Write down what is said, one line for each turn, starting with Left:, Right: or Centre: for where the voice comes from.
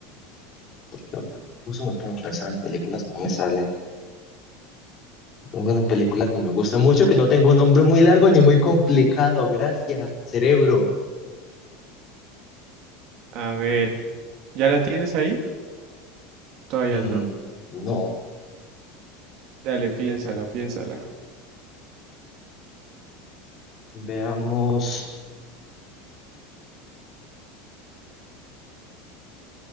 Left: porque justo me pongo a pensar en películas, no me salen. Tengo una película que me gusta mucho, que no tengo un nombre muy largo ni muy complicado. Gracias, cerebro.
Right: A ver, ¿ya la tienes ahí? Todavía
Left: Mm,
Right: no.
Left: no,
Right: Dale, piénsala, piénsala.
Left: veamos.